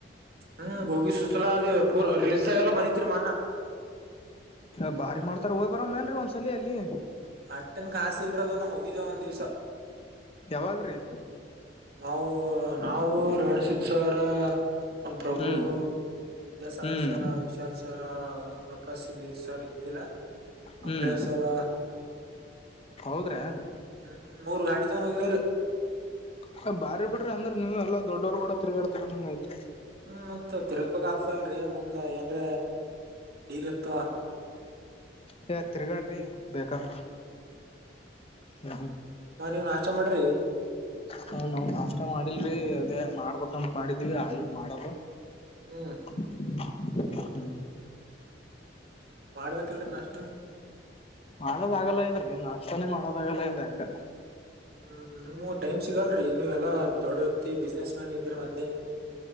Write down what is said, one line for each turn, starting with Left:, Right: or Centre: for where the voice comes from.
Right: ಹ್ಮ್ ಗೋಗಿ ಸುಸ್ಲ ಅದ ಪೂರ ರೀಲ್ಸದಾಗ ಎಲ್ಲಾ ಬಂದೈತ್ರಿ ಮೊನ್ನೆ.
Left: ಅ ಬಾರಿ ಮಾಡ್ತಾರ ಹೋಗ್ ಬರ ಮೇನ್ ಒಂದ್ಸಲ ಅಲ್ಲಿ.
Right: ಅಟ್ಟನ್ ಕಾಸಿ ಇಲ್ರೋದನು ಹೋಗಿದ್ದೇ ಒಂದ ದಿವ್ಸ.
Left: ಯಾವಾಗ್ರೀ.
Right: ನಾವು ನಾವು ರೇವಣಸಿದ್ದ ಸರ್. ನಮ್ಮ ಪ್ರಭು
Left: ಹ್ಮ್
Right: ವಿದ್ಯಾಸಾಗರ್
Left: ಹ್ಮ್
Right: ಸರ್ ವಿಶಾಲ್ರ್. ಸರ ಓಂ ಪ್ರಕಾಶ ಸ್ಧೀರ್ ಸವರ್ಿಲ್ಲ.
Left: ಹ್ಮ್
Right: ಅಂಬ್ರೇಶ್ವರ
Left: ಹೌದ್ರಾ
Right: ಹ್ಮ್ ಮೂರ್ ಗಾಡಿ ತೊಗೊಂಡು ಹೋಗಿದವ್ರೀ.
Left: ಹೆ ಬಾರಿ ಬಿಡ್ರಿ ಅಂದ್ರ ನೀವು ಎಲ್ಲಾ ದೊಡ್ಡವರ್ ಗೂಡ ತಿರ್ಗಾಡ್ತಿರಂದಂಗಾಯ್ತು.
Right: ಹ್ಮ್ ಮತ್ ತಿರ್ಗ್ಬೇಕ್ ಆತದಲ್ರೀ ಮುಂದ್ ಏನ್ರ ಡೀಲ್ ಇರ್ತವ.
Left: ಹೆ ತಿರ್ಗಾಡ್ರಿ ಬೇಕಂತ
Right: ಹ್ಮ್
Left: ಹ್ಮ್ ಹ್ಮ್.
Right: ಹಾಂ ನೀವ್ ನಾಷ್ಟಾ ಮಾಡಿರಿ.
Left: ಹುಂ ನಾವ್ ನಾಷ್ಟಾ ಮಾಡಿಲ್ರಿ ಅದೇ ಮಾಡ್ಬೇಕಂತ ಮಾಡಿದಿವಿ ಆಲಿಲ್ ಮಾಡದು.
Right: ಹ್ಮ್
Left: ಹ್ಮ್
Right: ಮಾಡ್ಬೇಕಿಲ್ರೀ ನಾಷ್ಟಾ.
Left: ಮಾಡೋದಾಗಲಾಗೆದ್ರಿ ನಾಷ್ಟಾನೇ ಮಾಡೋದಾಗಲ್ಲಾಗೆದ ಯಾಕ.
Right: ಹ್ಮ್ ನಿಮುವ್ ಟೈಮ್ ಸಿಗಲ್ರಿ ನೀವ್ ಎಲ್ಲಾ ದೊಡ್ ವ್ಯಕ್ತಿ ಬಿಸ್ನೆಸ್ ಮ್ಯಾನ್ ಇದ್ರೀ ಮದ್ಲೆ. <inaudible>